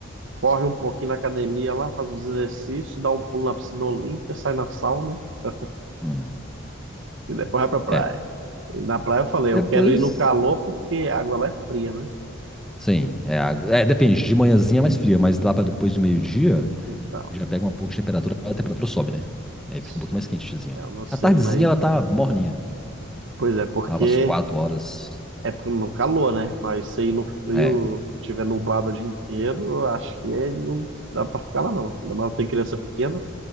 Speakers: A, on the right (about 65°); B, in the centre.
A: corre um pouquinho na academia lá, faz uns exercícios, dá um pulo na piscina olímpica, sai na sauna <laughs>
B: Hum,
A: e depois vai pra praia.
B: é.
A: E na praia eu falei,
B: Depois.
A: eu quero ir no calor porque a água lá é fria, né?
B: Sim, é água. É, depende, de manhãzinha é mais fria, mas lá para depois do meio-dia
A: Então,
B: já pega um pouco de temperatura, a temperatura sobe, né? Aí
A: isso-
B: fica um pouquinho mais quentezinha.
A: eu não sei,
B: A tardezinha
A: mas
B: ela tá morninha,
A: pois é, porque
B: tava às quatro horas.
A: é pro- no calor, né? Mas se ir no frio,
B: É,
A: tiver nublado o dia inteiro, eu acho que é- não dá pra ficar lá não. Ainda mais tem criança pequena.